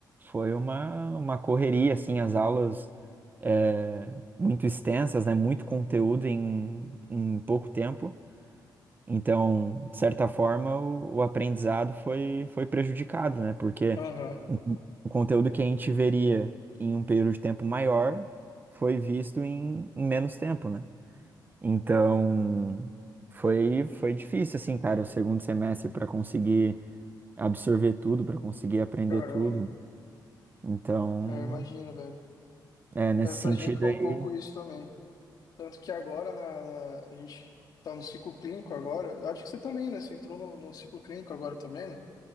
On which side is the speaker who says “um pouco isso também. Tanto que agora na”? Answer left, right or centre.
Left